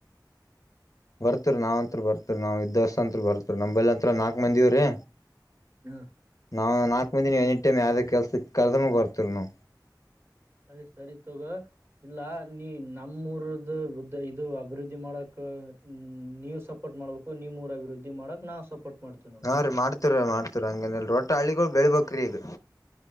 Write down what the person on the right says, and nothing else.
ಹಾ
ಅರಿ ಸರಿ ತಗೋ ಇಲ್ಲ ನೀ ನಮ್ಮೂರದದು ಬುದ್ಧ ಇದು ಅಭಿವೃದ್ಧಿ ಮಾಡಕ್ ನೀವು ಸಪೋರ್ಟ್ ಮಾಡಬೇಕು ನೀಊರ ಅಭಿವೃದ್ಧಿ ಮಾಡಕ್ ನಾವು ಸಪೋರ್ಟ್ ಮಾಡ್ತೀವಿ ನೋಡು